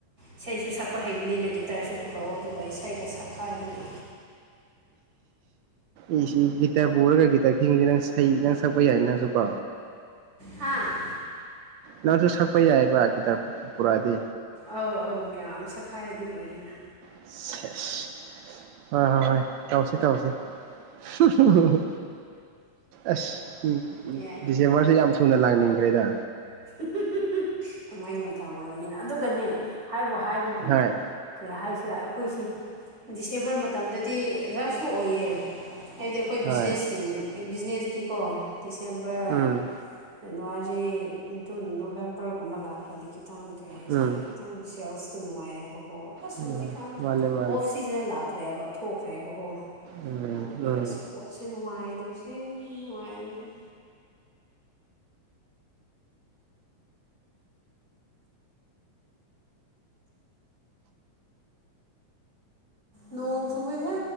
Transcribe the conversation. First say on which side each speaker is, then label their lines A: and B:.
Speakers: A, on the right; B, on the right.
A: ꯏꯁꯩꯁꯨ ꯁꯛꯄ ꯍꯩꯕꯅꯤꯅ ꯒꯤꯇꯔꯁꯨ ꯄꯨꯔꯛꯑꯣ ꯑꯗꯨꯒ ꯏꯁꯩꯒ ꯁꯛꯈꯥꯏꯗꯅ
B: ꯏꯁ <unintelligible> ꯒꯤꯇꯔ ꯄꯨꯔꯒ ꯒꯤꯇꯔ ꯈꯤꯉꯔꯗꯤ ꯅꯪꯁꯩ ꯁꯩ ꯅꯡ ꯁꯛꯄ ꯌꯥꯏ ꯅꯪꯁꯨ ꯀꯣ
A: ꯍꯥꯥ
B: ꯅꯪꯁꯨ ꯁꯛꯄ ꯌꯥꯏꯑꯕ ꯒꯤꯇꯔ ꯄꯨꯔꯛꯑꯗꯤ
A: ꯑꯧ ꯑꯧ ꯃꯌꯥꯝ ꯁꯛꯈꯥꯏꯗꯤ ꯂꯣꯏꯔꯦꯅ
B: ꯁꯦꯁ ꯍꯣꯏ ꯍꯣꯏ ꯍꯣꯏ ꯇꯧꯁꯤ ꯇꯧꯁꯤ ꯍꯝ ꯍꯝ ꯍꯝ ꯑꯁ ꯎꯝ
A: ꯌꯥꯏ
B: ꯗꯤꯁꯦꯝꯕꯔꯁꯦ ꯌꯥꯝ ꯊꯨꯅ ꯂꯥꯡꯅꯤꯡꯈ꯭ꯔꯦꯗ
A: ꯍꯝꯍꯝꯍꯝ ꯀꯨꯝꯍꯩ ꯃꯇꯝ ꯑꯣꯏꯕꯅꯤꯅ ꯑꯗꯨꯒꯅꯦ ꯍꯥꯏꯕꯨ ꯍꯥꯏꯕꯒꯨꯝꯅ
B: ꯍꯣꯏ
A: ꯀꯩ ꯍꯥꯏꯁꯤꯔ ꯑꯩꯈꯣꯏꯁꯦ ꯗꯤꯁꯦꯝꯕꯔ ꯃꯇꯝꯗꯗꯤ ꯔꯁꯁꯨ ꯑꯣꯏꯌꯦ ꯍꯥꯏꯕꯗꯤ ꯑꯩꯈꯣꯏ
B: ꯍꯣꯏ
A: ꯕꯤꯖꯤꯅꯦꯁꯀꯤ ꯕꯤꯖꯤꯅꯦꯁꯇꯤꯀꯣ ꯗꯤꯁꯦꯝꯕꯔ
B: ꯎꯝ
A: ꯖꯟꯅꯋꯥꯔꯤ ꯑꯗꯨꯝ ꯅꯣꯕꯦꯝꯕꯔꯒꯨꯝꯕ ꯂꯥꯛꯈ꯭ꯔꯗꯤ ꯈꯤꯇꯪ ꯀꯩ ꯍꯥꯏꯁꯤꯔꯥ
B: ꯎꯝ
A: ꯈꯤꯇꯪ ꯁꯦꯜꯁꯇꯣ ꯅꯨꯡꯉꯥꯏꯔꯦ ꯍꯥꯏꯕꯀꯣ ꯑꯁ
B: ꯎꯝ
A: ꯍꯧꯖꯤꯛꯀꯥꯟꯗꯤ
B: ꯃꯥꯅꯦ ꯃꯥꯅꯦ
A: ꯑꯣꯐ ꯁꯤ ꯁꯤꯖꯜ ꯂꯛꯈ꯭ꯔꯦꯕ ꯊꯣꯛꯈ꯭ꯔꯦꯕꯀꯣ
B: ꯎꯝ
A: ꯑꯗꯨꯒꯤ
B: ꯎꯝ
A: ꯑꯁ ꯄꯣꯠꯁꯦ ꯅꯨꯡꯉꯥꯏꯇꯕꯁꯤ ꯅꯨꯡꯉꯥꯏꯇꯕꯁꯤ ꯅꯣꯡ ꯆꯨꯋꯦ ꯍꯦ